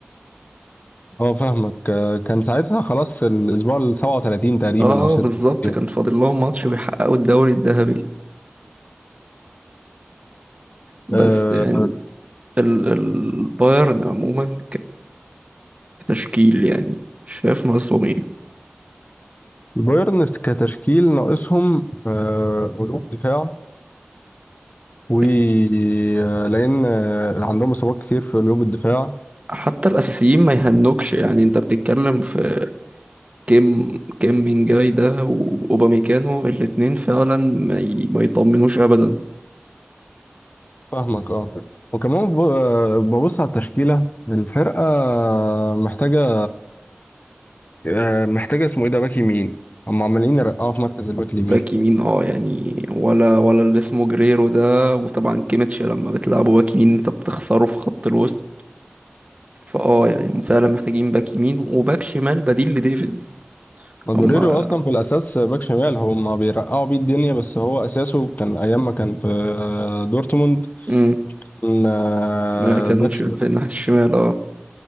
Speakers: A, on the left; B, on the right.
A: أه فاهمك آه، كان ساعتها خلاص الأسبوع ال 37 تقريبا
B: اه
A: أو 36
B: بالظبط كان فاضل لهم ماتش ويحققوا الدوري الذهبي بس
A: آه،
B: يعني ال البايرن عموما كتشكيل يعني شايف ناقصهم ايه
A: بايرن كتشكيل ناقصهم آه، قلوب دفاع ولان
B: يعني
A: عندهم اصابات كتير في قلوب الدفاع
B: حتى الاساسيين ما يهنوكش يعني انت بتتكلم في كيم كيم من جاي ده واوباميكانو الاتنين فعلا ما, ي... ما يطمنوش ابدا
A: فاهمك اه وكمان ب- آه، ببص على التشكيله الفرقه محتاجه آه، محتاجه اسمه ايه ده باك يمين هم عمالين يرقعوا في مركز الباك
B: باك
A: اليمين
B: يمين اه يعني ولا ولا اللي اسمه جريرو ده وطبعا كيميتش لما بتلعبه باك يمين انت بتخسره في خط الوسط فاه يعني هم فعلا محتاجين باك يمين وباك شمال بديل لديفيز
A: ماجوريرو
B: هما
A: اصلا في الاساس باك شمال هم بيرقعوا بيه الدنيا بس هو اساسه كان ايام ما كان في آه، دورتموند
B: امم
A: كان، آه،
B: ما كانش
A: باك شمال
B: في ناحية الشمال اه